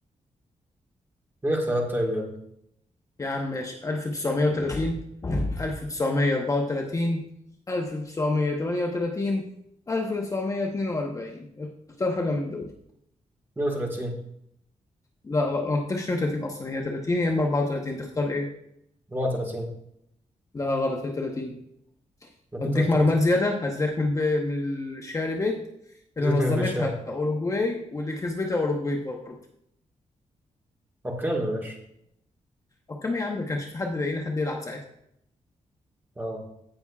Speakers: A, on the right; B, on the left.
A: مين اختيارات طيب يا ابني
B: يا عم ماشي 1930 1934 1938 1942 اختار حاجة من دول
A: 32
B: لا غ- ما قلتلكش 32 أصلا هي 30 يا إما 34 تختار إيه؟
A: 34
B: لا غلط هي 30
A: أنا كنت
B: واديك
A: قلت
B: معلومات
A: 30
B: زياده هزيك من الب... من الشعر بيت اللي
A: زيت
B: نظمتها
A: من البيت شام
B: اوروجواي واللي كسبتها اوروجواي برضه
A: حكام يا باشا
B: او كم يا عم ده كانش في حد لاقيين حد يلعب ساعتها
A: أه